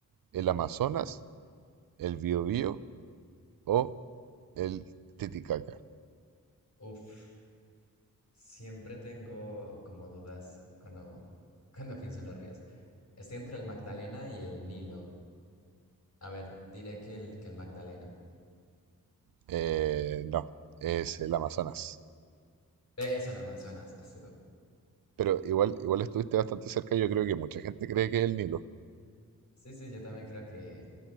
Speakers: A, on the right; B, on the left.
A: el Amazonas, el Biobío o el Titicaca?
B: Uf, siempre tengo como dudas cuando, <laughs> cuando pienso en los ríos. Estoy entre el Magdalena y el Nilo. A ver, diré que el, que el Magdalena.
A: Eh, no, es el Amazonas.
B: Eh, Eso, el Amazonas. <laughs> ese
A: Pero igual, igual estuviste bastante cerca, yo creo que mucha gente cree que es el Nilo.
B: Sí, sí, yo también creo que,